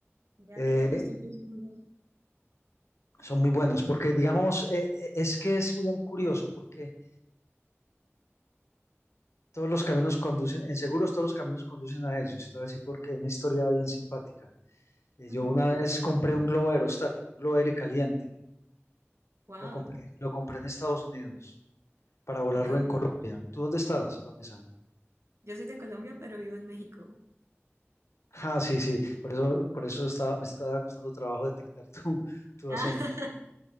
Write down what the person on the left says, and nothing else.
Eh,
son muy buenos porque, digamos, eh, eh, es que es bien curioso porque Todos los caminos conducen, en seguros todos los caminos conducen a ellos. Te voy a decir porque una historia bien simpática. Eh,
Yo una vez compré un globo aerostático, un globo aire caliente.
Lo compré, lo compré en Estados Unidos para volarlo
en Colombia. ¿Tú dónde estás, Vanessa?
Ah, sí, sí. Por eso, por eso estaba, me estaba costando trabajo detectar <laughs> tu, tu
acento.